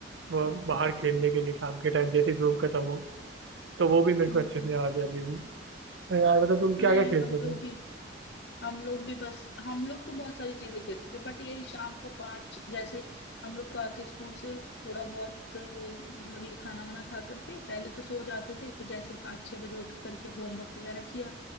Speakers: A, on the right; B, on the left.
A: वो बाहर खेलने के लिए शाम के टाइम जैसे धूप खत्म हो तो वो भी मेरे
B: हम्म
A: को अच्छे से याद है अभी भी तो यार मतलब तुम क्या
B: हाँ
A: क्या
B: यार
A: खेलते
B: हम लोग
A: थे
B: भी हम लोग भी बस हम लोग तो बहुत सारी चीजें खेलते थे बट यही शाम को पाँच जैसे हम लोग तो आके स्कूल से थोड़ा बहुत अ, मतलब ये खाना वाना खा करके पहले तो सो जाते थे फिर जैसे पाँच छह बजे उठ करके होमवर्क वगैरह किया